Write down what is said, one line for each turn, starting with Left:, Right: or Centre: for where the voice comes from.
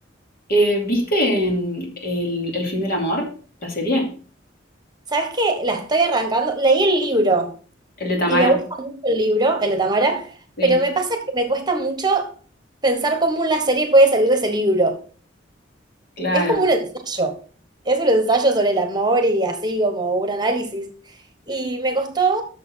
Left: eh, ¿viste mm, el, el fin del amor? La serie,
Right: ¿sabes qué? La estoy arrancando. Leí el libro.
Left: el de Tamara,
Right: Y me gusta mucho el libro, el de Tamara,
Left: sí,
Right: pero me pasa que me cuesta mucho pensar cómo una serie puede salir de ese libro.
Left: claro.
Right: Es como un ensayo. Es un ensayo sobre el amor y así como un análisis. Y me costó,